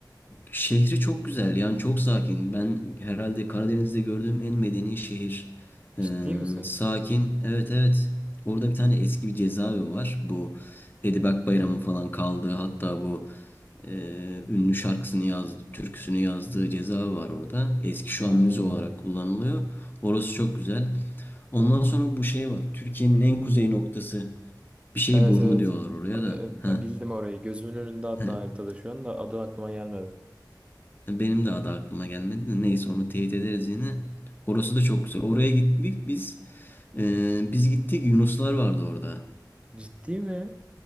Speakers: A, on the left; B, on the right.
A: Şehri çok güzel yani çok sakin. Ben herhalde Karadeniz'de gördüğüm en medeni şehir.
B: Ciddi
A: Ee,
B: misin?
A: sakin. Evet evet. Orada bir tane eski bir cezaevi var. Bu Edibak Bayram'ın falan kaldığı hatta bu e, ünlü şarkısını yazdı, türküsünü yazdığı cezaevi var orada. Eski şu
B: Ha.
A: an müze olarak kullanılıyor. Orası çok güzel. Ondan sonra bu şey var. Türkiye'nin en kuzey noktası. Bir şey
B: Evet
A: burnu
B: evet.
A: diyorlar oraya da.
B: E,
A: Heh.
B: Bildim orayı. Gözümün önünde hatta
A: <laughs>
B: haritada şu anda adı aklıma gelmedi.
A: Benim de adı aklıma gelmedi de neyse onu teyit ederiz yine. Orası da çok güzel. Oraya gittik biz. Ee, biz gittik Yunuslar vardı orada.
B: Ciddi mi?